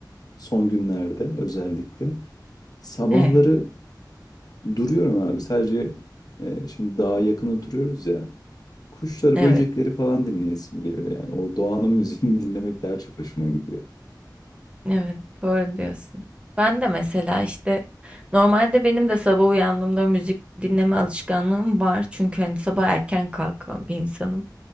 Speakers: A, on the left; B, on the right.
A: son günlerde özellikle sabahları
B: Evet.
A: duruyorum abi. Sadece e, şimdi dağa yakın oturuyoruz ya. Kuşları,
B: Evet.
A: böcekleri falan dinleyesim geliyor yani. O doğanın müziğini <laughs> dinlemek daha çok hoşuma gidiyor.
B: Evet, doğru diyorsun. Ben de mesela işte normalde benim de sabah uyandığımda müzik dinleme alışkanlığım var. Çünkü hani sabah erken kalkan bir insanım.